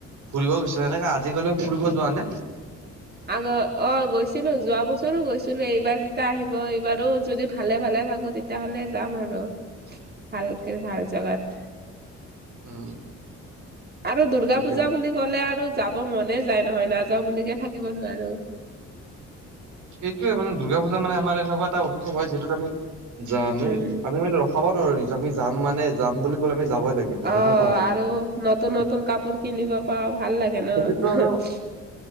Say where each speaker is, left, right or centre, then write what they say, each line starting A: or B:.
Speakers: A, on the right; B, on the right.
A: ফুৰিব গইচা সেনেকাে আজিকালিও ফুৰিব যোৱা নে? <unintelligible>
B: আগ অ গৈছিলোঁ যোৱা বছৰো গৈছিলোঁ এইবাৰ যেতিয়া আহিব এইবাৰো যদি ভালে ভালে থাকো তেতিয়াহ'লে যাম আৰু ভালকে ভাল জাগাত।
A: উম
B: আৰু দুৰ্গা-
A: ঠিকে
B: পূজা বুলি ক'লে আৰুয যাব মনে যায় নহয় নাযাওঁ বুলিকে থাকিব নোৱাৰো।
A: সেইটয়ে মানে দুৰ্গা পূজা মানে আমাৰ এনেকুৱা এটা উৎসৱ হয় যিটোত আমি যা
B: উম
A: আমি মানে খাব নোৱাৰো নি আমি যাম মানে যাম বুলি ক'লে আমি যাবই লাগিব
B: অ'
A: সেনেকুৱা হয়।
B: আৰু নতুন নতুন কাপোৰ কিনিব পাৰওঁ ভাল লাগে ন',
A: সেইটোতো আৰু